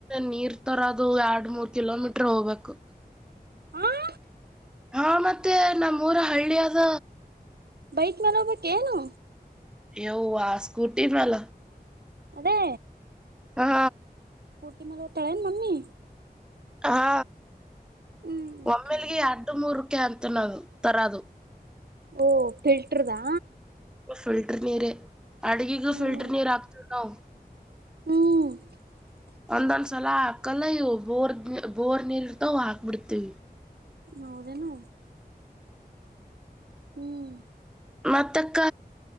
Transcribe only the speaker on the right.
ಹಾ
ಬೈಕ್ ಮಲೋಗಬೇಕಕ್ ಏನು
ಅದೇ
ಕಟಿ ಮಲಾವತ ಯ ಮಮ್ಮಮ್ಮಿ
ಹ್ಮ್ ಓಕೆ
ಓ ಫಿಲ್ಟರ್ದಾ
ಹ್ಮ್
ಹ್ಮ್
ನೌದನು ಹ್ಮ್